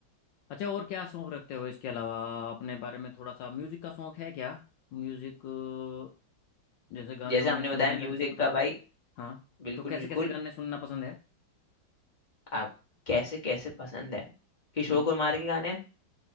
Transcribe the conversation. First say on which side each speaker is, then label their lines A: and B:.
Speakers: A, on the left; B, on the left.
A: अच्छा और क्या शौक रखते हो इसके अलावा अपने बारे में थोड़ा सा म्यूजिक का शौक है क्या म्यूजिक अ, जैसे गाने
B: जैसे
A: वाने
B: हमने
A: सुनने
B: बताया म्यूजिक
A: का जैसे बता
B: का
A: रहे
B: भाई
A: थे हाँ
B: बिल्कुल
A: तो कैसे
B: बिल्कुल
A: कैसे गाने सुनना पसंद है
B: आप कैसे कैसे पसंद है किशोर
A: हम्म
B: कुमार के गाने